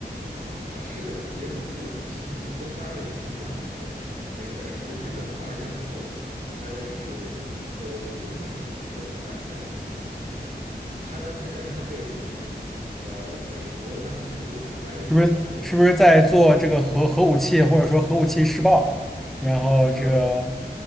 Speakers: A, on the right; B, in the centre.
A: 呃，是的，我觉得你记得很清楚。哥斯拉这个形象呢，是美呃是日本二战后，大概是呃五零年左右诞诞生的一个形象。它当时诞生的背景是，呃，美国当时打败日本之后呢，
B: 是不是？是不是在做这个核核武器，或者说核武器试爆？然后这个
A: 呃